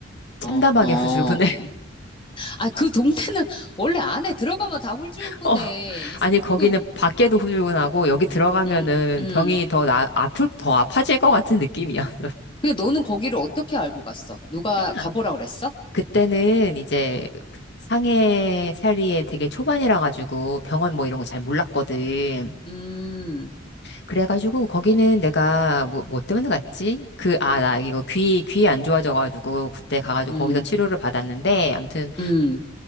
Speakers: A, on the left; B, on the left.
A: 참담하게
B: 어, 어.
A: 후줄근해.
B: 아, 그 동네는 <laughs> 원래 안에 들어가면 다 홀쭉이네.
A: <laughs> 어,
B: 이-
A: 아니, 거기는
B: 그,
A: 밖에도 후줄근하고, 여기 들어가면은
B: 음, 음.
A: 병이 더 나, 아플, 더 아파질 것 같은 느낌이야.
B: 근데 너는 거기를 어떻게 알고 갔어? 누가
A: 그냥
B: 가보라 그랬어?
A: 그때는 이제 상해 살이에 되게 초반이라 가지고 병원 뭐 이런 거 잘 몰랐거든.
B: 음,
A: 그래가지고 거기는 내가 뭐, 뭐 때문에 갔지? 그, 아, 나 이거 귀, 귀 안 좋아져가지고 그때 가가지고
B: 음,
A: 거기서 치료를 받았는데 아무튼
B: 음,